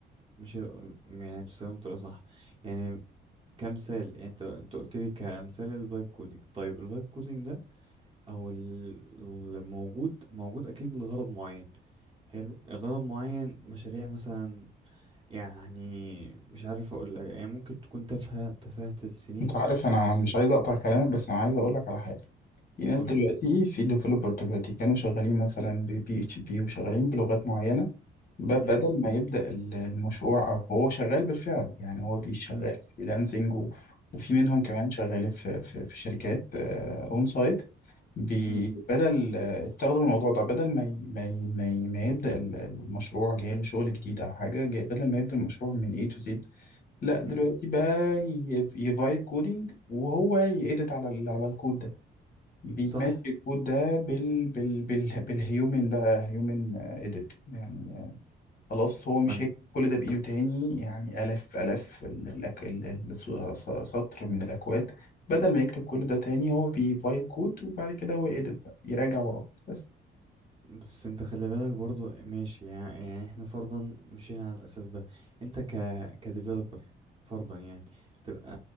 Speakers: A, on the right; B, on the left.
A: مش هيبقى يعني تستخدمه بطريقة صح يعني كمثال يعني انت انت قلت لي كمثال الفايب كودنج طيب الفايب كودنج ده او ال- الموجود موجود اكيد لغرض معين حلو غرض معين مشاريع مثلا يعني مش عارف اقول لك يعني ممكن تكون تافهة تفاهة السنين
B: أنت عارف أنا مش عايز أقطع كلامك بس أنا عايز أقولك على حاجة في ناس
A: قول
B: دلوقتي في ديفلوبر دلوقتي كانوا شغالين مثلا ببي اتش بي وشغالين بلغات معينة ب- بدل
A: امم
B: ما يبدأ ال- المشروع أو هو شغال بالفعل يعني هو بيشغال
A: امم
B: فريلانسنج و- وفي منهم كمان شغالين في في في شركات أون سايت بي-
A: امم
B: بدل استخدم الموضوع ده بدل ما ي- ما ي- ما ي- ما يبدأ ال- المشروع جاي له شغل جديد او حاجه جاي بدل ما يبدأ المشروع من A to Z لا دلوقتي
A: امم
B: بقى يفايب كودينج وهو يأدت على ال على الكود ده بيماتش
A: صح
B: الكود ده بال بال بال بالهيومن بقى هيومن اديت يعني خلاص هو مش
A: ما
B: هيكتب كل ده بإيده تاني يعني آلاف آلاف ال- الأك... ال- ال- س- س- سطر من الأكواد بدل ما يكتب كل ده تاني هو بيفايب كود وبعد كده هو يedit بقى يراجع وراه بس
A: بس انت خلي بالك برضو ماشي يعني, يعني احنا فرضا مشينا على الاساس ده انت ك كديفلوبر فرضا يعني تبقى